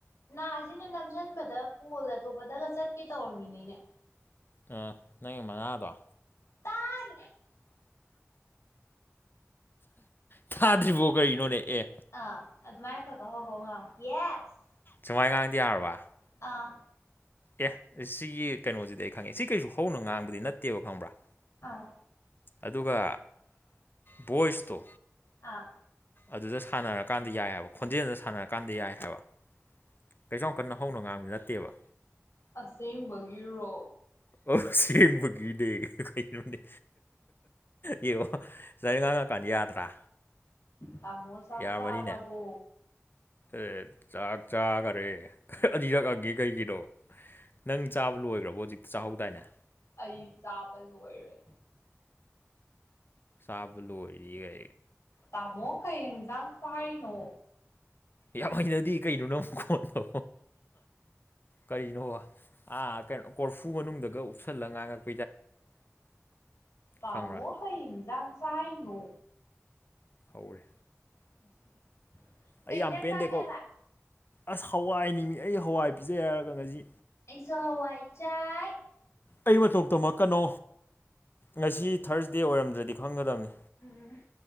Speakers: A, on the left (about 65°); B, on the left (about 40°).
A: ꯅꯥ ꯁꯤꯅ ꯅꯝꯁꯤꯟꯕꯗ ꯀꯣꯜ ꯑꯇꯣꯞꯄꯗꯒ ꯆꯠꯀꯦ ꯇꯧꯔꯃꯤꯅꯤꯅꯦ
B: ꯑ ꯅꯪꯒꯤ ꯃꯉꯥꯗꯣ
A: ꯇꯥꯟ
B: ꯊꯥꯗ꯭ꯔꯤꯕꯣ ꯀꯔꯤꯅꯣꯅꯦ ꯑꯦ
A: ꯑꯥ ꯑꯗꯨꯃꯥꯏꯅ ꯀꯀꯣ ꯍ ꯍꯣ ꯉꯥꯡ ꯌꯦꯁ
B: ꯁꯨꯃꯥꯏꯒꯥꯡꯗꯤ ꯌꯥꯔꯕ
A: ꯑꯥ
B: ꯑꯦ ꯁꯤꯒꯤ ꯀꯩꯅꯣꯁꯤꯗ ꯑꯩ ꯈꯪꯉꯦ ꯁꯤ ꯀꯩꯁꯨ ꯍꯧꯅ ꯉꯥꯡꯕꯗꯤ ꯅꯠꯇꯦꯕ ꯈꯪꯕ꯭ꯔꯥ
A: ꯑꯥ
B: ꯑꯗꯨꯒ ꯚꯣꯏꯁꯇꯣ
A: ꯑꯥ
B: ꯑꯗꯨꯗ ꯁꯥꯟꯅꯔꯀꯥꯟꯗ ꯌꯥꯏ ꯍꯥꯏꯕ ꯈꯣꯟꯖꯦꯜꯗ ꯁꯥꯟꯅꯔꯀꯥꯟꯗꯤ ꯌꯥꯏ ꯍꯥꯏꯕ ꯀꯩꯁꯨ ꯌꯥꯝ ꯀꯟꯅ ꯍꯧꯅ ꯉꯥꯡꯕ ꯅꯠꯇꯦꯕ
A: ꯑꯁꯦꯡꯕꯒꯤꯔꯣ
B: ꯑꯥꯎ ꯁꯦꯡꯕꯒꯅꯦ ꯀꯩꯅꯣꯅꯦ ꯌꯦꯡꯉꯣ ꯆꯅꯤ ꯉ ꯉꯥꯛꯀꯥꯟꯗ ꯌꯥꯗ꯭ꯔꯥ
A: ꯇꯃꯣ ꯆꯥꯛꯁꯔꯔꯕꯣ
B: ꯌꯥꯔꯝꯃꯅꯤꯅꯦ ꯑꯦ ꯆꯥꯛ ꯆꯥꯈꯔꯦ ꯑꯅꯤꯔꯛꯑꯒ ꯀꯩꯒꯤꯗꯣ ꯅꯪ ꯆꯥꯕ ꯂꯣꯏꯈ꯭ꯔꯕꯣ ꯍꯧꯖꯤꯛꯇ ꯆꯥꯍꯧꯗꯥꯏꯅꯦ
A: ꯑꯩ ꯆꯥꯕ ꯂꯣꯏꯔꯦ
B: ꯁꯥꯕ ꯂꯒ
A: ꯇꯥꯃꯣ ꯀꯩ ꯌꯦꯟꯖꯥꯡ ꯆꯥꯏꯅꯣ
B: ꯌꯥꯝ ꯍꯩꯅꯗꯤ ꯀꯩꯅꯣ ꯅ ꯑꯃꯨꯛ ꯀꯣꯟꯗꯣ ꯀꯔꯤꯅꯣ ꯑꯥ ꯀꯩꯅꯣ ꯀꯣꯔꯐꯨ ꯃꯅꯨꯡꯗꯒ ꯎꯞꯁꯜꯂꯒ ꯉꯥꯡꯉꯛ
A: ꯇꯃꯣ
B: ꯈꯪꯕ꯭ꯔꯥ
A: ꯀꯩ ꯏꯖꯥꯟꯁꯥꯏꯅꯣ
B: ꯍꯧꯋꯦ
A: <unintelligible>
B: ꯑꯩ ꯌꯥꯝ ꯄꯦꯟꯗꯦꯀꯣ
A: ꯆꯥꯒꯦ ꯍꯥꯏꯕ
B: ꯑꯁ ꯍꯋꯥꯏꯅꯤꯃꯤ ꯑꯩ ꯍꯋꯥꯏ ꯄꯤꯖꯩ ꯍꯥꯏꯔꯒ ꯉꯁꯤ
A: ꯑꯩꯁꯨ ꯍꯋꯥꯏ ꯆꯥꯏ
B: ꯑꯩ ꯃꯇꯧ ꯇꯝꯃꯛꯀꯅꯣ ꯉꯁꯤ ꯊꯥꯔꯁ ꯗꯦ ꯑꯣꯏꯔꯝꯗ꯭ꯔꯗꯤ ꯈꯪꯒꯗꯕꯅꯤ
A: ꯎꯝ